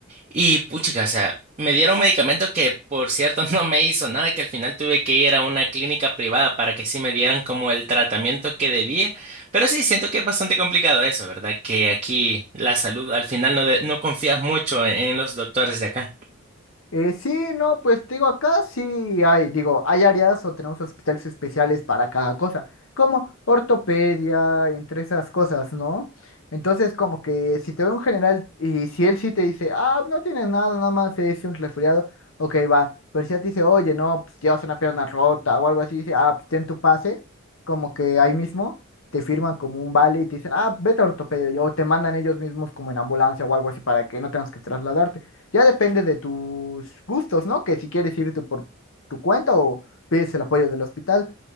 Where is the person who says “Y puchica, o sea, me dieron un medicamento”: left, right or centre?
Right